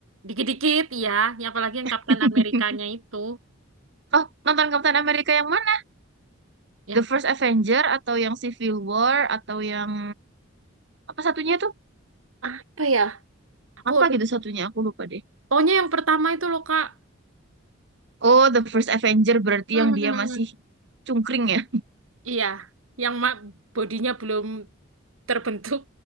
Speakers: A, on the right; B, on the right.
A: dikit-dikit iya. ya. Yang apalagi yang
B: <laughs>
A: Kapten Amerikanya itu.
B: Oh nonton Captain America yang mana?
A: Yang
B: The First Avenger atau yang Civil War atau yang apa satunya tuh?
A: apa ya? Aku
B: Apa gitu satunya? Aku lupa deh.
A: pokoknya yang pertama itu loh Kak.
B: Oh The First Avenger berarti
A: <laughs> Hmm,
B: yang dia masih cungkring ya?
A: Iya, yang ma- bodinya belum terbentuk.